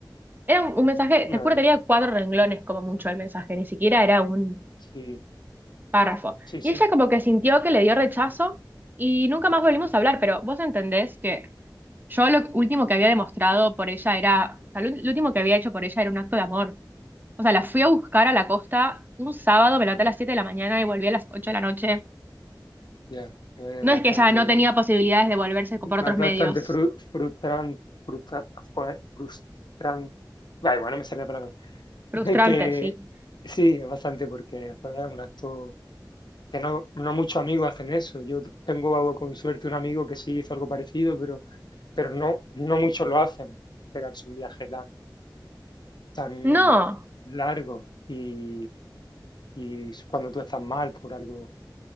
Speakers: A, on the right (about 25°); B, on the left (about 70°).
A: Era un, un mensaje,
B: claro.
A: te juro, tenía cuatro renglones como mucho el mensaje, ni siquiera era un,
B: Sí,
A: párrafo.
B: sí, sí.
A: Y ella como que sintió que le dio rechazo y nunca más volvimos a hablar, pero vos entendés que yo lo último que había demostrado por ella era, o sea, lo, lo último que había hecho por ella era un acto de amor. O sea, la fui a buscar a la costa un sábado, me levanté a las 7 de la mañana y volví a las 8 de la noche.
B: Ya. Es
A: No
B: bastante,
A: es que ella no tenía posibilidades de volverse por
B: es
A: otros
B: bastante
A: medios.
B: fru- frustran- frustra- joder, frustrante, Da igual, no me sale la palabra.
A: Frustrante,
B: <laughs> Que
A: sí.
B: sí, es bastante porque joder, es un acto. que no, no muchos amigos hacen eso. Yo tengo con suerte un amigo que sí hizo algo parecido, pero, pero no, no muchos lo hacen, pegarse un viaje tan, tan
A: No.
B: largo y, y cuando tú estás mal por algo.